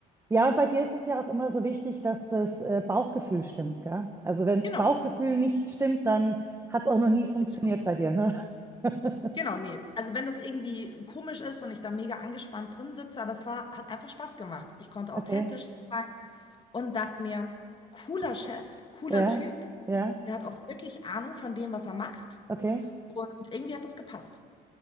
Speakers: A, on the right; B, on the left.
A: Ja, und bei dir ist es ja auch immer so wichtig, dass das äh, Bauchgefühl stimmt, gell? Also wenn das
B: Genau,
A: Bauchgefühl nicht stimmt, dann hat es auch noch nie funktioniert
B: bin ich auch.
A: bei dir, ne? <laughs>
B: Genau, nee. Also wenn das irgendwie komisch ist und ich da mega angespannt drin sitze, aber es war, hat einfach Spaß gemacht. Ich konnte authentisch
A: Okay.
B: sein. und dachte mir, cooler Chef, cooler
A: Ja.
B: Typ,
A: Ja.
B: der hat auch wirklich Ahnung von dem, was er macht.
A: Okay.
B: Und irgendwie hat das gepasst.